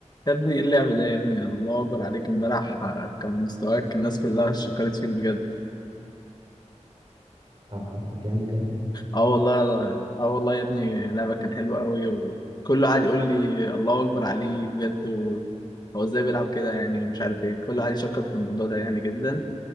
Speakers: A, on the left (about 35°); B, on the right (about 40°).
A: يا ابني ايه اللعب ده يا ابني الله اكبر عليك امبارح كان مستواك الناس كلها شكرت فيك بجد
B: أبهرتك يعني بجد
A: اه والله اه والله يا ابني لعبك كان حلو قوي وكله قاعد يقول لي الله اكبر عليه بجد و... هو ازاي بيلعب كده يعني ومش عارف ايه كله قاعد يشكر في الموضوع ده يعني جدا